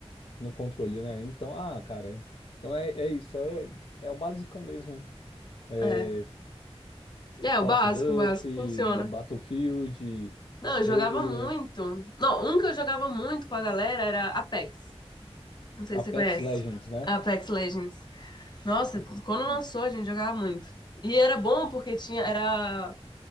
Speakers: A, on the left; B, on the left.
A: no controle, né? Então, ah, cara, é- então é, é isso, é, é o básico mesmo. É,
B: É. É, o
A: Call
B: básico,
A: of Duty,
B: o básico funciona.
A: Battlefield,
B: Não, eu
A: Halo,
B: jogava muito. Não, um que eu jogava muito com a galera era Apex. Não sei
A: Apex
B: se você conhece.
A: Legends, né?
B: Apex Legends. Nossa, quando lançou,
A: Hum.
B: a gente jogava muito. E era bom porque tinha, era